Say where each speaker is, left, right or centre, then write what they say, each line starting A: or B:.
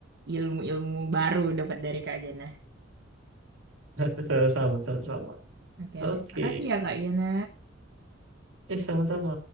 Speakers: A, on the right; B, on the right.
A: ilmu-ilmu baru dapat dari Kak Gena.
B: <laughs> Sama-sama, sama-sama.
A: Oke,
B: Oke.
A: terima kasih ya Kak Gena.
B: Eh, sama-sama.